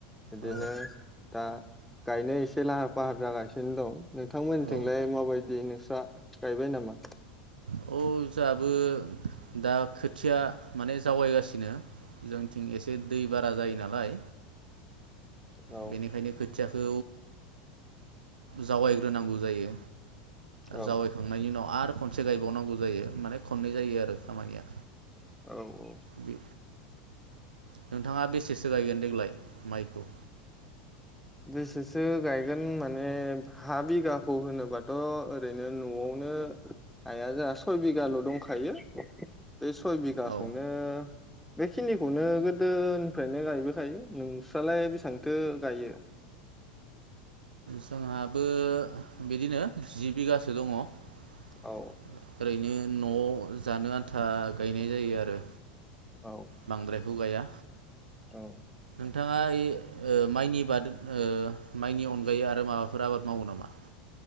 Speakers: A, in the centre; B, on the right.
A: बिदिनो
B: औ
A: दा गायनो एसे लाहार फाहार जागासिनो दं नोंथांमोननिथिंलाय
B: औ
A: माबायदि नोंसोर गायबाय नामा
B: औ जोंहाबो दा खोथिया माने जावायगासिनो जोंथिं एसे दै बारा जायो नालाय
A: औ औ
B: बेनिखायनो खोथिया खौ जावायग्रोनांगौ जायो
A: औ
B: जावायखांनायनि उनाव आरो खनसे गाय बावनांगौ जायो माने खननै जायो आरो खामानिया
A: औ औ
B: बे नोंथाङा बेसेसो गायगोन देग्लाय माइखौ
A: बेसेसो गायगोन माने हा बिगाखौ होनोबाथ' ओरैनो न'आवनो हाया जोंहा सय बिगाल' दंखायो बे सय बिगाखौनो
B: औ
A: बे खिदिखौनो गोदोनिफ्रायनो गायबोखायो नोंस्रालाय बेसेबांथो गायो
B: जोंहाबो बिदिनो जि बिगासो दङ ओरैनो
A: औ
B: न'आव जानो आन्था गायनो गायनाय जायो आरो
A: औ
B: बांद्रायखौ गाया
A: औ
B: नोंथाङा इ ओ माइनि बाद ओ माइनि अनगायै आरो माबाफोर आबाद मावो नामा